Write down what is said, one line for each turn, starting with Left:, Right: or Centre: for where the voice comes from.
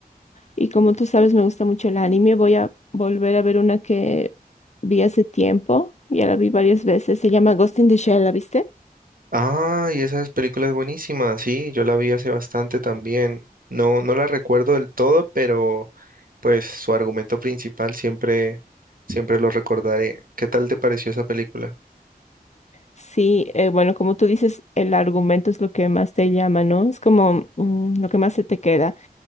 Left: Y como tú sabes, me gusta mucho el anime. Voy a volver a ver una que vi hace tiempo. Ya la vi varias veces. Se llama Ghost in the Shell, ¿la viste?
Right: Ah, y esa película es buenísima, sí, yo la vi hace bastante también. No, no la recuerdo del todo, pero pues su argumento principal siempre, siempre lo recordaré. ¿Qué tal te pareció esa película?
Left: Sí, eh, bueno, como tú dices, el argumento es lo que más te llama, ¿no? Es como mm, lo que más se te queda